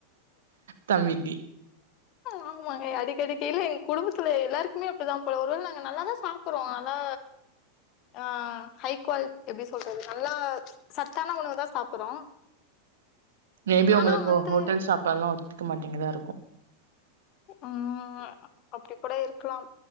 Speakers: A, on the right; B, on the left.
A: தம்பிக்கு
B: ம் ஆமாங்க அடிக்கடிக்கி இல்ல எங்க குடும்பத்துல எல்லாருக்குமே அப்புடிதா போல ஒருவேல நாங்க நல்லாதா சாப் புறோ ஆனா ஆ ஹை குவாலிட்டி எப்டி சொல்றது நல்லா சத்தான உணவு தா சாப்புறோ
A: மே பி உங்குளுக்கு
B: ஆனா வந்து
A: ஹோ ஹோட்டல் சாப்பாடுலா ஒத்துக்க மாட்டேங்குதா இருக்கோ
B: ம் அப்டி கூட இருக்கலாம்